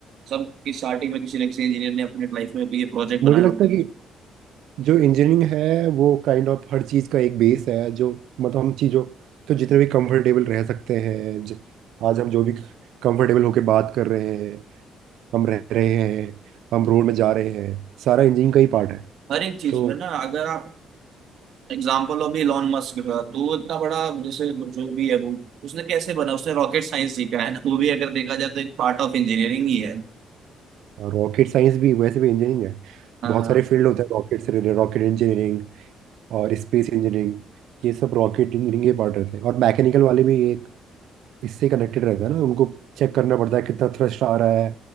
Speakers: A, on the right; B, on the right.
A: सब की स्टार्टिंग में किसी न किसी इंजीनियर ने अपने लाइफ में भी ये प्रोजेक्ट बनाए
B: मुझे लगता
A: होते
B: है
A: हैं
B: कि जो इंजीनियरिंग है वो काइंड ऑफ हर चीज का एक बेस है जो मतलब हम चीजों तो जितने भी कंफर्टेबल रह सकते हैं ज, आज हम जो भी कंफर्टेबल होके बात कर रहे हैं हम रह रहे हैं हम रोड में जा रहे हैं सारा इंजीनियरिंग का ही पार्ट है
A: हर एक चीज
B: तो
A: में ना अगर आप एग्जाम्पल हो भी इलॉन मस्क का तो वो इतना बड़ा जैसे जो भी है वो उसने कैसे बना उसने रॉकेट साइंस सीखा है ना वो भी अगर देखा जाए तो एक पार्ट ऑफ इंजीनियरिंग ही है
B: रॉकेट साइंस भी वैसे भी इंजीनियरिंग है
A: हाँ
B: बहुत सारे फील्ड होते हैं रॉकेट से रिलेटेड रॉकेट इंजीनियरिंग और स्पेस इंजीनियरिंग ये सब रॉकेट इंजीनियरिंग के पार्ट रहते हैं और मैकेनिकल वाले भी एक इससे कनेक्टेड रहता है ना उनको चेक करना पड़ता है कितना थ्रस्ट आ रहा है